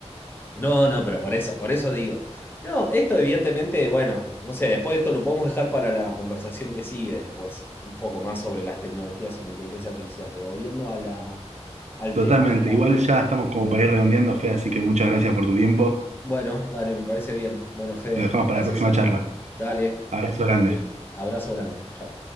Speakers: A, on the left (about 20°); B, on the right (about 85°).
A: No, no, pero por eso, por eso digo. No, esto evidentemente, bueno, no sé, después esto lo podemos dejar para la conversación que sigue después, un poco más sobre las tecnologías y la inteligencia artificial, pero volviendo a la, al
B: Totalmente.
A: tema de la...
B: Igual ya estamos como para ir redondeando, Fe, así que muchas gracias por tu tiempo.
A: Bueno, dale, me parece bien. Bueno, Fede,
B: Lo dejamos
A: gracias
B: para la próxima
A: a vos.
B: charla.
A: Dale.
B: Abrazo grande.
A: Sí. Abrazo grande. Chao.